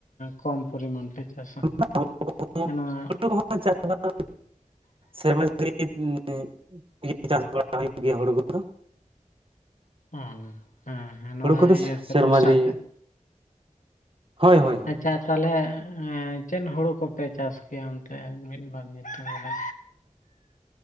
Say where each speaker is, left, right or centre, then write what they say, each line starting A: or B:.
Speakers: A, on the left (about 80°); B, on the right (about 45°).
A: ᱠᱚᱢ ᱯᱚᱨᱤᱢᱟᱱ ᱯᱮ ᱪᱟᱥᱟ
B: <unintelligible>
A: ᱥᱮ ᱱᱚᱣᱟ
B: ᱥᱮᱨᱢᱟ ᱫᱟᱹᱲᱤ <unintelligible> ᱪᱟᱥ ᱵᱟᱲᱟ ᱦᱩᱭᱩᱜ ᱜᱮᱭᱟ ᱦᱩᱲᱩ ᱠᱚᱫᱚ
A: ᱳ ᱦᱮᱸ ᱱᱚᱣᱟ
B: ᱦᱩᱲᱩ ᱠᱚᱫᱚ
A: ᱤᱭᱟᱹᱛᱮ
B: ᱥᱮᱨᱢᱟ
A: ᱵᱚᱨᱥᱟ
B: ᱡᱟᱹᱲᱤ
A: ᱛᱮᱫ
B: ᱦᱳᱭ ᱦᱳᱭ ᱦᱳᱭ
A: ᱦ ᱟᱪᱪᱷᱟ ᱛᱟᱦᱚᱞᱮ ᱪᱮᱫ ᱦᱩᱲᱩ ᱠᱚᱯᱮ ᱪᱟᱥ ᱠᱮᱭᱟ ᱚᱱᱛᱮ ᱢᱤᱫ ᱵᱟᱨ ᱧᱩᱛᱩᱢ ᱫᱚ